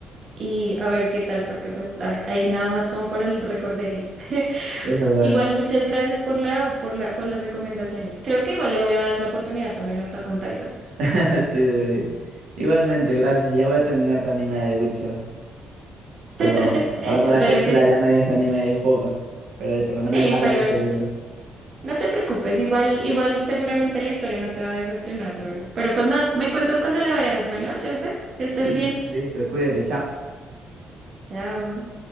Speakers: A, on the right (about 50°); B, on the right (about 80°).
A: y a ver qué tal, porque pues ah, ahí nada más como para el recorderis. <laughs>
B: Es verdad.
A: Igual muchas gracias por la, por la, por las recomendaciones. Creo que igual le voy a dar la oportunidad también a Attack on Titans.
B: <laughs> Así debería. Igualmente, gracias. Ya voy a terminar también la de Witcher. Pero
A: <laughs>
B: ahora con
A: Espero
B: la tercera
A: que sí.
B: ya me desanimé ahí un poco. Pero por lo menos
A: Sí,
B: dejarla
A: pero
B: en la segunda.
A: No te preocupes, igual, igual seguramente la historia no te va a decepcionar luego. Pero pues nada, me cuentas cuando la veas. Bueno, Joseph, que estés
B: Sí,
A: bien.
B: listo, cuídate, chao.
A: Chao.